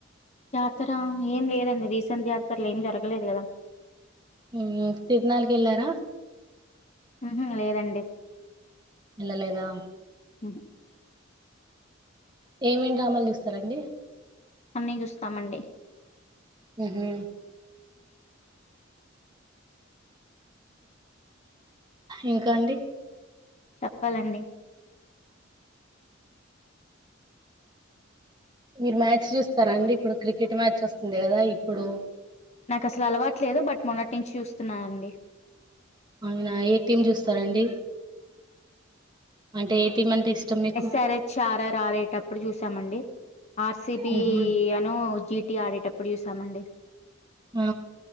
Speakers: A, on the left (about 35°); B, on the right (about 20°).
A: జాతర ఏం లేదండి రీసెంట్ యాతరలో ఏం జరగలేదు కదా
B: హ తిరునాల్కి ఎళ్లారా.
A: ఉహ లేదండి
B: ఏళ్లలేదా
A: అ
B: ఏమేమి ్రామాలు చూస్తారంండి
A: అన్నీ చూస్తామండి
B: ఉహు ఇంకా అండి
A: చెప్పాలండి
B: మీరు మ్యాచ్ చూస్తారాండి ఇప్పుడు క్రికెట్ మ్యాచ్ వస్తుంది కదా ఇప్పుడు
A: నాకు అసలు అలవాటులేదు బట్ మొన్నటి నుంచి చూస్త వస్తున్నానండి
B: ఆయన ఏ టీమ్ చూస్తారంండి అంటే ఏ టీమ్ అంటే ఇష్టం మీకు
A: ఎస్ఆర్ హెచ్ ఆర్ఆర్ ఆర్ేటప్పుడు చూసామండి ఆర్సిబి
B: ఉహు
A: అను జిటి ఆడేటప్పుడు ూ సమడి
B: ఆ